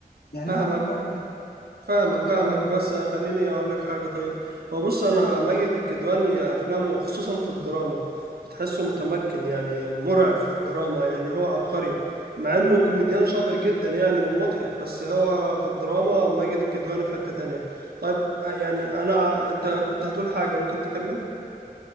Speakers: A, on the left (about 85°); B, on the right (about 75°).
A: يعني
B: فاهمك
A: برضو برضو أفت-
B: فاهمك
A: افتكر
B: فاهمك بس خليني اقول لك حاجه طيب هو بص انا ماجد الكدواني افلامه خصوصا في الدراما بتحسه متمكن يعني مرعب في الدراما يعني هو عبقري مع انه كوميديان شاطر جدا يعني ومضحك بس هو في الدراما ماجد الكدواني في حته تانية طيب آه، يعني انا انت كنت هتقول حاجه ممكن تكمل